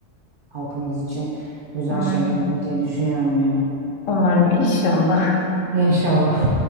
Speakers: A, on the right; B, on the left.
A: halkımız için güzel
B: Umarım,
A: şeyler olur diye düşünüyorum yani.
B: umarım inşallah.
A: İnşallah.